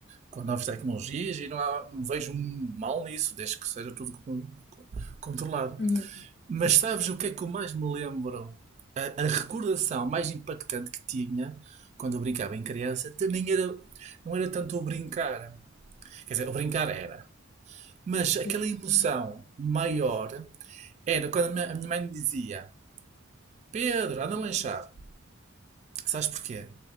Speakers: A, on the right; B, on the left.
A: com novas tecnologias e não, há, não vejo mal nisso, desde que seja tudo com- com- controlado.
B: Uhum.
A: Mas
B: Sim,
A: sabes o que é que eu mais me lembro? A, a recordação mais impactante que tinha quando eu brincava em criança até nem era, não era tanto o brincar. Quer dizer, o brincar era. Mas
B: sim,
A: aquela emoção maior
B: sim,
A: era quando a minha, a minha mãe me dizia: Pedro, anda a lanchar. Sabes porquê?